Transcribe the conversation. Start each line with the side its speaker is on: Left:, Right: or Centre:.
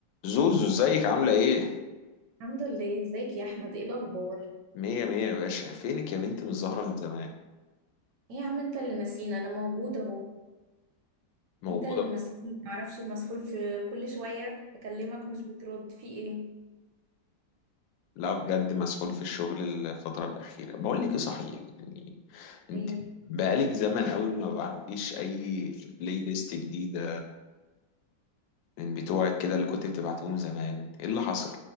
Left: زوزو ازيك عاملة ايه؟
Right: الحمد لله ازيك يا احمد ايه الاخبار
Left: مية مية يا باشا فينك يا بنتي مش ظاهرة من زمان
Right: ايه يا عم انت اللي نسينا انا موجوده اهو
Left: موجودة
Right: انت اللي مسحول ما تعرفش مسحول في كل شويه اكلمك مش بترد في ايه
Left: لا بجد مسحول في الشغل الفترة الأخيرة بقول لك ايه صحيح يعني انت
Right: ايه
Left: بقالك زمن قوي ما بعتيش أي بلاي ليست جديدة من بتوعك كده اللي كنت بتبعتيهم زمان ايه اللي حصل؟